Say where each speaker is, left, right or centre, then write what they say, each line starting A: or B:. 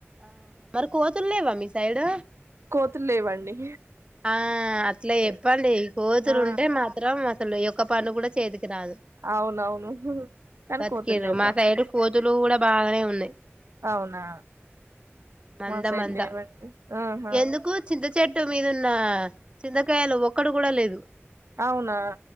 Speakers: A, on the right (about 25°); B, on the right (about 70°).
A: ఆ మరి కోతుల్లేవా మీ సైడ్
B: కోతులు లేవండి
A: ఆ అట్ల
B: లేదు.
A: చెప్పండి కోతులుంటె
B: ఆ
A: మాత్రం ళ్ళు ఒక్క పని కూడ చేయదు రాదు
B: అవునవును కానీ
A: బతికిర్రు
B: కోతులు లేవ్వండి
A: మా సైడు కోతులు కూడా బాగానే ఉన్నాయి
B: అవునా
A: మంద
B: మా సైడ్
A: మంద
B: లేవండి ఆహా
A: ఎందుకు చింత చెట్టు మీద్ దున్న చింతకాయలు ఒక్కడు కూడా లేదు
B: అవునా